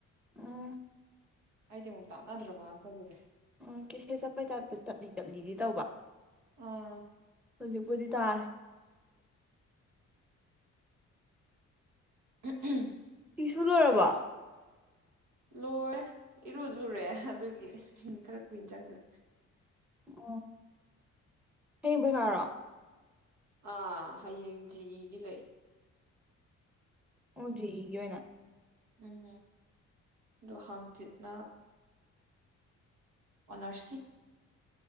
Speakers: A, in the centre; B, on the right.
A: ꯎꯝ
B: ꯑꯩꯗꯤ ꯑꯃꯨꯛ ꯇꯥꯟꯅꯗ꯭ꯔꯕꯅ ꯈꯜꯂꯨꯔꯦ
A: ꯑꯣ ꯀꯦ ꯐꯦ ꯆꯞꯄꯩ ꯇꯥꯞꯇ ꯆꯞꯂꯤ ꯆꯞꯂꯤꯗꯤ ꯇꯧꯕ
B: ꯑꯥ
A: ꯍꯧꯖꯤꯛꯄꯨꯗꯤ ꯇꯥꯔꯦ
B: ꯎꯝꯍꯝ
A: ꯐꯤꯁꯨ ꯂꯣꯏꯔꯕꯣ
B: ꯂꯣꯏꯔꯦ ꯏꯔꯨꯖꯨ ꯂꯨꯔꯦ ꯑꯗꯨꯒꯤ ꯍ ꯈꯔ ꯀꯨꯏꯟ ꯆꯪꯈ꯭ꯔꯦ
A: ꯑꯣ ꯍꯌꯦꯡ ꯄꯩꯈꯥꯔꯣ
B: ꯑꯥ ꯍꯌꯦꯡ ꯖꯤꯢꯒꯤ ꯂꯩ
A: ꯑꯣ ꯖꯤꯢꯒꯤ ꯑꯣꯏꯅ
B: ꯎꯝ ꯑꯗꯣ ꯍꯪꯆꯤꯠꯅ ꯑꯣꯅꯔ꯭ꯁꯀꯤ